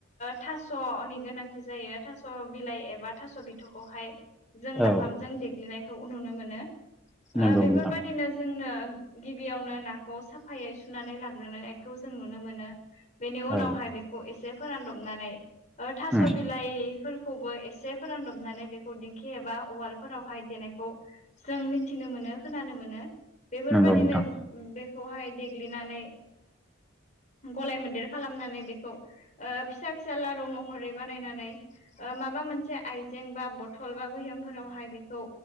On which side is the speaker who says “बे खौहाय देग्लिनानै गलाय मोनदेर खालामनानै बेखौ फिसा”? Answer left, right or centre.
Left